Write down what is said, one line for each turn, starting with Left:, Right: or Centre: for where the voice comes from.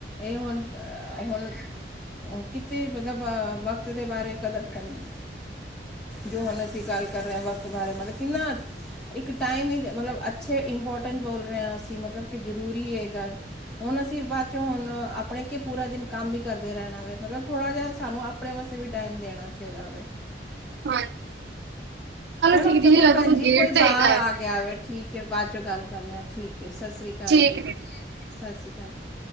Centre: ਏਹ ਹੁਣ, ਹੁਣ ਕਿਤੇ ਮਤਲਬ ਵਕਤ ਦੇ ਬਾਰੇ ਕਦਰ ਕਰਨੀ। ਜੋ ਹੁਣ ਅਸੀਂ ਗੱਲ ਕਰ ਰਹੇ ਆ ਵਕਤ ਬਾਰੇ ਮਤਲਬ ਕਿੰਨਾ ਇੱਕ ਟਾਈਮ ਈ ਮਤਲਬ ਅੱਛੇ ਇੰਪੋਰਟੈਂਟ ਬੋਲ ਰਹੇ ਆ ਅਸੀਂ ਮਤਲਬ ਕਿ ਜ਼ਰੂਰੀ ਐ ਏਹ ਗੱਲ ਹੁਣ ਅਸੀਂ ਬਾਦ ਚ ਹੁਣ ਆਪਣੇ ਕਿ ਪੂਰਾ ਦਿਨ ਕੰਮ ਈ ਕਰਦੇ ਰੈਂਨਾ ਵੇ ਮਤਲਬ ਥੋੜ੍ਹਾ ਜਯਾ ਸਾਨੂੰ ਆਪ ਆਪਣੇ ਵਾਸਤੇ ਵੀ ਟਾਈਮ ਦੇਣਾ ਚਾਈਦਾ ਵੇ।
Right: ਹਾਂਜੀ।
Centre: ਚਲੋ
Right: ਠੀਕ ਦੀਦੀ
Centre: ਚੰਗਾ
Right: ਲੱਗਦਾ
Centre: ਪੈਨ ਜੀ
Right: ਗੇਟ
Centre: ਕੋਈ
Right: ਤੇ
Centre: ਬਾਰ
Right: ਹੈਗਾ ਹੈ।
Centre: ਆ ਗਿਆ ਵੇ ਠੀਕ ਠੀਕ ਐ ਬਾਦ ਚੋਂ ਗੱਲ ਕਰਨੇ ਆ ਠੀਕ ਐ ਸਾਸ ਸ਼੍ਰੀ ਕਾਲ
Right: ਠੀਕ
Centre: ਜੀ-ਸਾਸ
Right: ਹੈ ਦੀਦੀ। ਸਤਿ
Centre: ਸ਼੍ਰੀ ਕਾਲ ਜੀ।